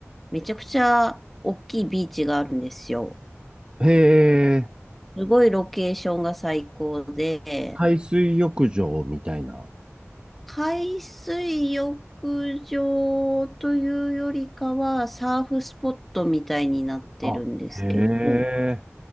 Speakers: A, in the centre; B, on the right.
A: めちゃくちゃ大きいビーチがあるんですよ。
B: へえ、
A: すごいロケーションが最高で、
B: 海水浴場みたいな。
A: 海水浴場というよりかは、サーフスポットみたいになってるんですけど、
B: あ、へえ。